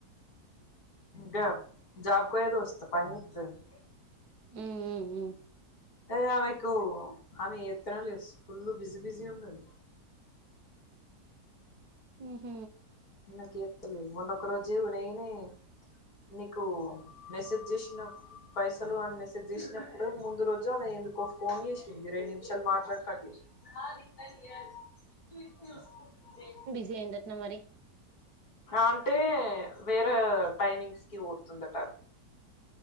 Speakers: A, on the left (about 65°); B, on the right (about 70°).
A: గా జాబ్కు పోయే దోస్త్. త్ పని జేత్తది.
B: మ్మ్ మ్మ్
A: ఏ ఆమెకు ఆమె చేత్తనే లేదు, ఫుల్ బిజీ బిజీ ఉన్నది.
B: ఉహ్
A: నాకు చేత్తలేదు, మొన్న ఒక రోజు నేనే నీకు మెసేజ్ చేశిన పైసలు అని మెసేజ్ చేసినప్పుడో ముందు రోజో ఆమె ఎందుకో ఫోన్ చేశింది, రెండు నిమిషాలు మాట్లాడి కట్చేశింది. వాళ్ళు ఇద్దరు ఇయరు ఇటు ఇటు చూసుకుంటుంటే.
B: ఏం జేత్తున్నవు మరి?
A: అంటే వేరే టైమింగ్స్ కి పోతుందట ఆమె.